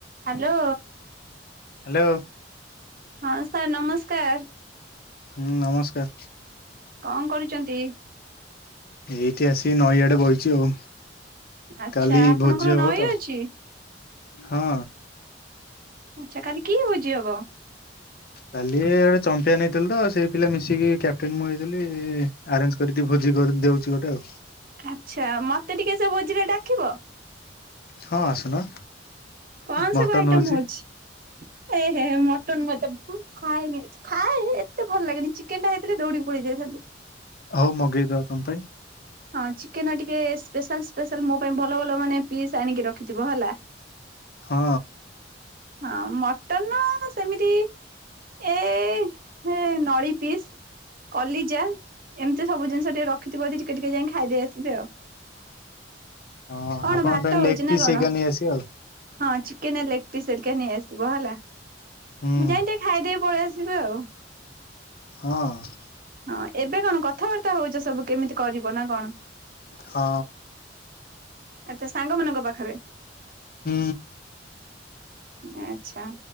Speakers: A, on the right; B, on the left.
A: Hello.
B: Hello.
A: ହଁ sir ନମସ୍କାର।
B: ହୁଁ ନମସ୍କାର।
A: କଣ କରୁଛନ୍ତି।
B: ଏଇଠି ଆସି ନଈଆଡେ ବଇଚି ଆଉ।
A: ଆଚ୍ଛା
B: କାଲି
A: ଆପଣଙ୍କର
B: ଭୋଜି ହବ
A: ନଈ
B: ତ
A: ଅଛି
B: ହଁ।
A: ଆଚ୍ଛା କାଲି କି ବୁଝି ହବ।
B: କାଲି ଗୋଟେ ଚମ୍ପିୟନ ହେଇଥିଲ ତ ସେଇ ପିଲା ମିଶିକି କ୍ୟାପଟେନ ମୁଁ ହେଇଥିଲି ଆରେଞ୍ଜ କରିକି ଭୋଜି। <inaudible> ଦଉଛି ଗୋଟେ ଆଉ।
A: ଆଚ୍ଛା ମତେ ଟିକେ ସେ ଭୋଜିରେ ଡାକିବ।
B: ହଁ ଆସୁନ।
A: କଣ ସବୁ
B: ମଟନ
A: ଆଇଟମ
B: ହଉଛି
A: ହଉଛି ଏ ଏ ମଟନ ମତେ ଖାଏନି। ଖାଏ ଏତେ ଭଲ ଲାଗେନି ଚିକେନ ଟା ହେଇଥିଲେ ଦୌଡିିକି ପଳେଇ ଯାଇଥାନ୍ତି।
B: ହଉ ମଗେଇଦବା ତମ ପାଇଁ।
A: ହଁ ଚିକେନ ଟିକେ ସ୍ପେଶାଲ ସ୍ପେଶାଲ ମୋ ପାଇଁ ଭଲ ଭଲ ମାନେ ପିସ୍ ଆଣିକି ରଖିଥିବ ହେଲା।
B: ହଁ।
A: ହଁ ମଟନ ସେମିତି ଏଇ ନଳିୀ ପିସ୍। କଲିଜାଲ ଏମିତି ସବୁ ଜିନିଷ ଟିକେ ରଖ। ଥିବ ଯଦି ଟିକେ ଟିକେ ଯାଇ ଖାଇଦେଇ ଆସିବେ ଆଉ।
B: ହଁ
A: କଣ
B: ଆପଣଙ୍କ
A: ଭାତ
B: ପାଇଁ
A: ହଉଛି
B: ଲେଗ
A: ନା
B: ପିସ୍
A: କଣ?
B: ହେକା ନେଇ ଆସିବ ଆଉ।
A: ହଁ ଚିକେନ ଲେଗ ପିସ୍ ହେରିକା ନେଇ ଆସିବ ହେଲା।
B: ହୁଁ
A: ମୁଁ ଯାଇ ଟିକେ ଖାଇଦେଇ ପଳେଇ ଆସିବି ଆଉ।
B: ହଁ।
A: ହଁ ଏବେ କଣ କଥାବାର୍ତ୍ତା ହଉଛ ସବୁ କେମିତି କରିବ ନା କଣ।
B: ହଁ।
A: ଆଛା ସାଙ୍ଗ ମାନଙ୍କ ପାଖରେ।
B: ହୁଁ।
A: ଆଛା